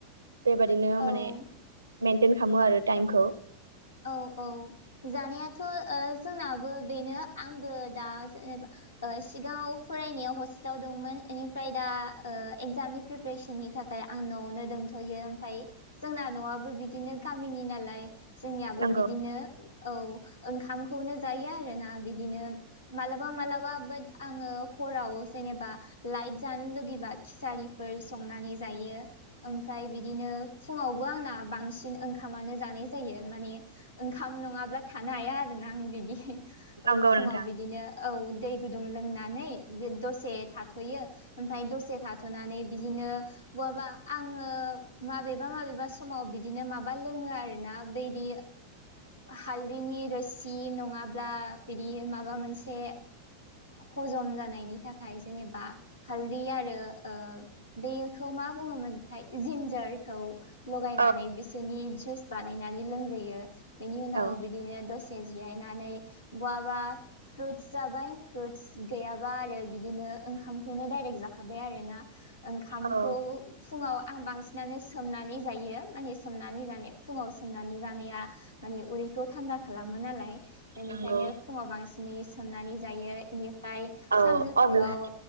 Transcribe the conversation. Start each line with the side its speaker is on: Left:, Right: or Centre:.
Right: बेबादिनो माने
Left: औ
Right: मेनटेन खालामो आरो टाइमखौ
Left: औ औ जानायाथ' जोंनाबो बेनो आंबो दा जेनेबा सिगाङाव फरायनायाव हस्टेलाव दंमोन बेनिफ्राय दा एगजामनि प्रिपेरेसननि थाखाय आं न'आवनो दोनथ'यो ओमफ्राय जोंना न'आबो बिदिनो गामिनि नालाय जोंनियाबो
Right: नंगौ
Left: बिदिनो औ ओंखामखौनो जायो आरोना बिदिनो मालाबा मालाबा बाट आङो हराव जेनेबा लाइट जानो लुगैबा खिसारिफोर संनानै जायो ओमफ्राय बिदिनो फुङावबो आंना बांसिन ओंखामानो जानाय जायो माने ओंखाम नङाब्ला थानो हाया आरोना आं बिदि
Right: नंगौ
Left: फुङाव
Right: नोंथां
Left: बिदिनो औ दै गुदुं लोंनानै दसे थाथ'यो ओमफ्राय दसे थाथ'नानै बिदिनो बहाबा आङो माबेबा माबेबा समाव बिदिनो माबा लोङो आरो ना बेदि हालदिनि रोसि सि नङाब्ला बिदि माबा मोनसे हजम जानायनि थाखाय जेनेबा हालदि आरो बेखौ मा बुङोमोनथाय जिन्जारखौ लगायनानै
Right: औ
Left: बिसोरनि जुइस बानायनानै ग्रोयो बेनि उनाव
Right: औ
Left: बिदिनो दसे जिरायनानै बहाबा फ्रुटस जाबाय फ्रुटस गैयाबा आरो बिदिनो ओंखामखौनो डायरेक्ट जाखाबाय आरो ना ओंखामखौ
Right: औ
Left: फुङाव आं बांसिनानो सोमनानै जायो माने सोमनानै जानाय फुङाव सोमनानै जानाया माने उदैखौ थान्दा खालामो नालाय बेनिखायनो
Right: नंगौ
Left: फुङाव बांसिनै सोमनानै जायो बेनिफ्राय
Right: औ
Left: सानजौफुआव
Right: अब्ला